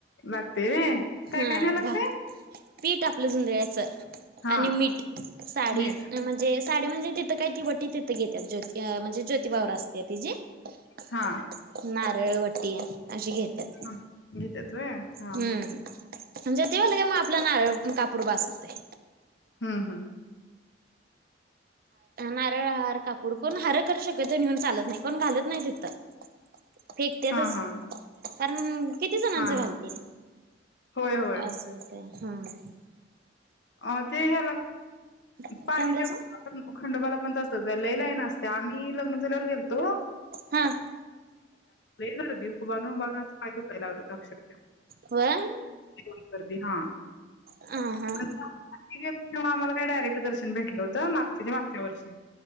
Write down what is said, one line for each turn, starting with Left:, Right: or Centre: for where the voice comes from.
Left: लागतय व्हय काय
Right: हा
Left: काय न्यायला लागतय
Right: भा पीठ आपलं झुंज्यायचं
Left: हा
Right: आणि मीठ साडी
Left: मीठ
Right: म्हणजे साडी म्हणजे तिथं काही ति वटी तथ घेतात ज ज्योतीबा वर असते ते तची
Left: हा
Right: नात रे वटी अशी घेतात......
Left: हा घेत्यात व्हय हा
Right: हम्म
Left: हा
Right: म्हणजे देवाला काय नारळ आणि कापूर बास होते
Left: हम्म- हम्
Right: नारळ हार कापूर, दोन हार शक्यतो नेऊन चालत नाही कोणी घालत नाही तिथे फेकता
Left: हा
Right: तच
Left: हा
Right: कारण किती जणांच
Left: हा
Right: घालतील
Left: हा होय होय
Right: असं होत हम्म
Left: अ ते ह्याला पण
Right: काय
Left: पाली
Right: म्हणलासा
Left: च्या खंडोबा ला पण तसंच ये, लई लाईन असते, आम्ही मी लग्न झाल्यावर फिरतो
Right: हा
Left: <unintelligible> देऊ वरून बोलनास पाय दुखायला लागले अक्षरशः
Right: होय
Left: एवढी गर्दी हा
Right: हा
Left: <unintelligible>
Right: हा
Left: आम्हाला काय डायरेक्ट दर्शन भेटलं होतं माग त्याच्या मागच्या वर्षी